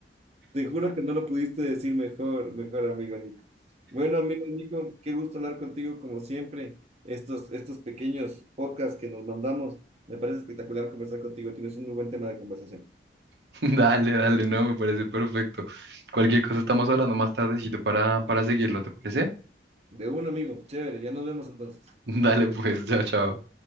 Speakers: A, on the right; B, on the right.
A: Te juro que no lo pudiste decir mejor, mejor amigo Nico. Bueno, amigo Nico, qué gusto hablar contigo como siempre. Estos, estos pequeños podcasts que nos mandamos, me parece espectacular conversar contigo. Tienes un muy buen tema de conversación.
B: <laughs> Dale, dale, no, me parece perfecto. Cualquier cosa estamos hablando más tardecito para, para seguirlo, ¿te parece?
A: De un amigo, chévere, ya nos vemos entonces.
B: <laughs> Dale pues, chao, chao.